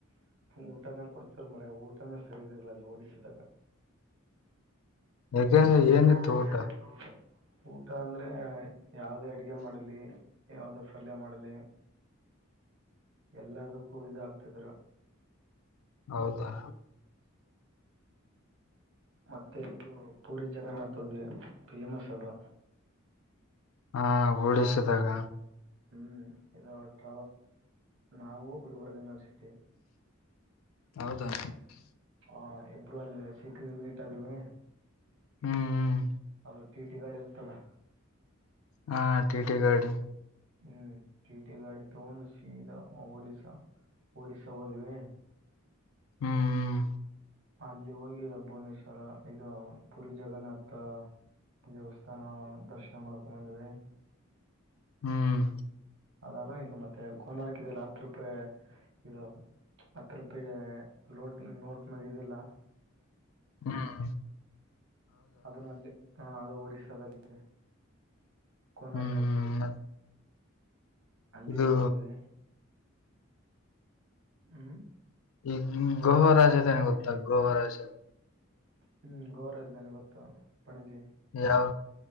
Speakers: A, on the right; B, on the left.
A: ಊಟನ ಕೊಡ್ತ್ರ ಮರ ಊಟನ ಸರಿ ರ ಅಲ್ಲಿ ಓಡಿಸದಗ
B: ಯಾಕೆ
A: ಯಕ್
B: ಏನಿತ್ತು ಊಟ
A: ಏನಿತ್ತು ಊಟ ಅಂದ್ರೆ ಯಾವ್ದೇ ಅಡಗೆ ಮಾಡಲಿ ಯಾವ್ದೇ ಪಲ್ಯ ಮಾಡಲಿ ಎಲ್ಲದಕ್ಕೂ ಇದಾಗಗ್ತಿದ್ರ್ಮ
B: ಹೌದಾ
A: ಮತ್ತೆ ಇದು ಪೂರಿ ಜಗನ್ನಾಥದ್ವಿ ಫೇಮಸ್ ಅದು
B: ಹಾ ಹೋಳಿಸಿದಾಗ
A: ಹಾ ಹ್ಮ್ ಇದುಟ ನಾವು ಗುಲ್ಬರ್ಗ್ ಯನಿವರ್ಸಟಿ
B: ಹೌದಾ
A: ಹಾ ಇಬ್ಬರು ಅಲ್ಲಿ ಸಿಕ್ಕಿದ ಮೀಟ್ ಅದವಿ
B: ಹ್ಮ್ ಹ್ಮ್
A: ಅದು ಟೀ ಟಿ ಗಾಡ್ ಇರುತ್ತಲ್ಲ
B: ಹಾ ಟಿ ಟಿ ಗಡ್
A: ಹ್ಮ್ ಟಟಿ ಗಾಡಿ ತೋಂದು ಸಿದಾ ಒಡಿಸಾ ಒಡಿಶಾ ಹೋದುವ
B: ಹ್ಮ್
A: ಅಲ್ಲಿ ಹೋಗಿ ಭುವನೇಶ್ವ ರ ಇದು ಪುರಿ ಜಗನ್ನಾಥ ದೇವಸ್ಥಾನ ದರ್ಶನ ನಾ ಮಾಡ್ಕೊಂಡ ಬಂದ್ವಿ
B: ಹ್ಮ್
A: ಆದಾಗ ಇದು ಮತ್ತೆ ಕೋನಾರಕ್ ಇಲ್ಲ ಹತ್ರುಪ್ಪೆ ಇದು ಹತ್ ರೂಪಾಯಿ ಲೋಟ್ ನೋಟ್ ಮ್ಯಾಗ ಇದು ಇಲ್ಲ
B: ಹ್ಮ
A: ಅದು ನಲ್ಲಿ ಹಾ ಅದು ಒಡಿಸದಲ್ಲೇ ಕೋನಾರ
B: ಹ್ಮ್
A: ಕಪ್ಲೇಶನ
B: ಮತ್
A: ಅಲ್ಲಿಗೆ
B: ಇದು
A: ಹೋಗಿದ್ವೆ ಹ್ಮ್
B: ಈ ಗೋವಾ ರಾಜ ಅದನ್ ಗೊತ್ತ ಗೋವಾ ರಾಜ
A: ಹ್ಮ್ ಗೋರಾಜಧಾನಿ ಗೊತ್ತು ಪಣಜಿ
B: ಯಾವ